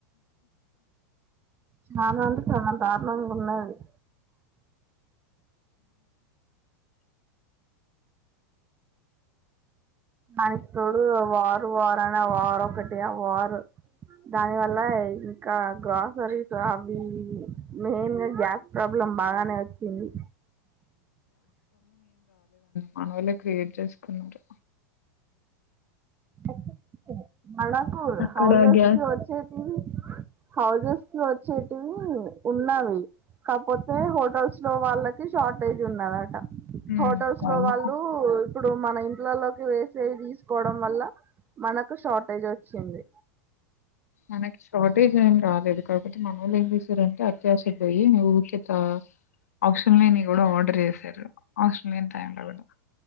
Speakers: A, on the right; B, on the left.
A: చాలా చాల్ దారుణంగా ఉన్న అండి దానిక్ తోడు వారు వార్ అనే వారు ఒకటి ఆ వారు దాని వల్ల ఇంకా గ్రాసరీస్ అవి ఇవి మెయిన్ గా గ్యాస్ ప్రాబ్లం బానే వచ్చింది
B: మానోలే క్రియేట్ చేసుకున్నారు
A: ఓ <unintelligible> మనాకు
B: అక్కడ
A: హౌజెస్
B: గ్యాస్
A: క్ వొచిటివ్ <unintelligible> హౌజెస్ వచ్చేటివి ఉన్నావి కాకపోతే హోటల్స్ లో వాళ్ళకి షార్టేజ్ ఉన్నదట
B: హ్మ్
A: హోటల్స్
B: వాళ్ళకు
A: లో వాళ్ళు ఇప్పుడు మన ఇ ఇళ్లలోకి వేసేవి తీసుకోవడం వల్ల మనకు షార్టేజు వచ్చింది
B: మనకి షార్టేజ్ ఏ రాలేదు కాబటి మనోళ్ళు ఏం చేశారంటే అత్యాస పోయి ఊకేత ఆప్షన్ లేని కూడా ఆర్డర్ చేసారు ఆషన్ లేని టైంలో